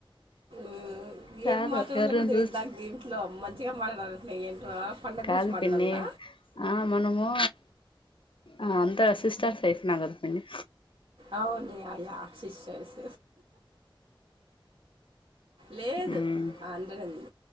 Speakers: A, on the right (about 85°); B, on the left (about 70°).
A: <inaudible>
B: కాదు
A: ఏం మాట్లాడాలలో
B: ఎవరిని
A: కూడా తెలియదు
B: చూస్త
A: దానికి దీంట్లో మంచిగా మాట్లాడాలంటున్నా ఏంటో ఆ పండగ
B: కాదు
A: గురించి మాట్లాడాల
B: పిన్ని ఆ మనము ఆ అందరు అసిస్టెంట్ అయిపోయినం కదా పిన్ని
A: అవునే ఆక్ యా సిస్టర్స్ లేదు
B: మ్మ్
A: అందడంది